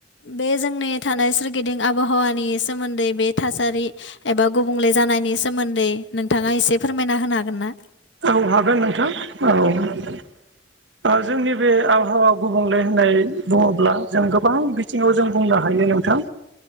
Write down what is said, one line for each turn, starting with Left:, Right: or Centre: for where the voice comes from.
Left: बे जोंनि थानाय सोरगिदिं आबहावानि सोमोन्दै बे थासारि एबा गुबुंले जानायनि सोमोन्दै नोंथाङा एसे फोरमायना होनो हागोन ना?
Right: औ हागोन नोंथां औ <unintelligible> ओ जोंनि बे आबहावा गुबुंले होननाय बुङोब्ला जों गोबां बिथिङाव जों बुंनो हायो नोंथां